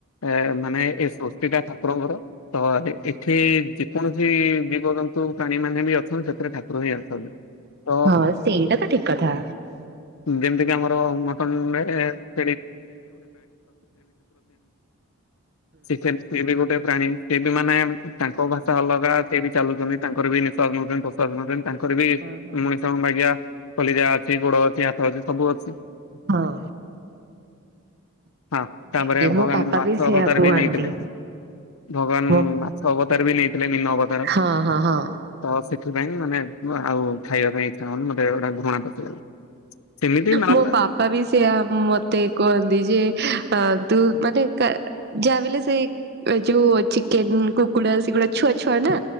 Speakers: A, on the left (about 75°); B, on the right (about 45°).
A: ଏ ମାନେ ଏ ସୃଷ୍ଟିଟା ଠାକୁରଙ୍କର ତ <unintelligible> ଏଠି ଯେକୌଣସି ଜୀବଜନ୍ତୁ ପ୍ରାଣୀ ମାନେ ବି ଅଛନ୍ତି ସେଥିରେ ଠାକୁର ହିଁ ଅଛନ୍ତି। ତ
B: ହଁ ସେଇଟା ତ ଠିକ କଥା।
A: ଯେମିତି କି ଆମର। <unintelligible> ଏ ବି ଗୋଟେ ପ୍ରାଣୀ। ସିଏ ବି ମାନେ ତାଙ୍କ ଭାଷା ଅଲଗା ସିଏବି ଚାଲୁଛନ୍ତି ତାଙ୍କର ବି ନିଶ୍ୱାସ ନଉଛନ୍ତି ପ୍ରଶ୍ୱାସ ନଉଛନ୍ତି। ତାଙ୍କର ବି
B: ହଁ ହଁ
A: ମଣିଷ ଭଳିଆ କଲିଜା ଅଛି ଗୋଡ ଅଛି ହାତ ଅଛି ସବୁ ଅଛି।
B: ହଁ।
A: ହଁ ତାପରେ
B: ଏକ୍ଜାକ୍ଟଲି ମୋ
A: ଭଗବାନ
B: ପାପା
A: ମାଛ
B: ବି ସେଇଆ
A: ଅବତାର
B: କୁହନ୍ତି
A: ବି ନେଇଥିଲେ। ଭଗବାନ
B: ମୋ
A: ମାଛ ଅବତାର ବି ନେଇଥିଲେ ମୀନ ଅବତାର।
B: ହଁ ହଁ ହଁ।
A: ତ ସେଥିପାଇଁ ମାନେ ଆଉ ଖାଇବା ପାଇଁ ଇଚ୍ଛା ହଉନି ମୋତେ ଗୋଟା ଘୃଣା ପଶିଗଲା। ସେମିତି ନହେଲେ
B: ମୋ ପାପା ବି ସେଆ ମତେ କୁହନ୍ତି ଯେ ତୁ ମାନେ ଯାହା ବଲେ ସେ ଏ ଯୋଉ ଚିକେନ କୁକୁଡା ସେଗୁଡା ଛୁଆ ଛୁଆ ନା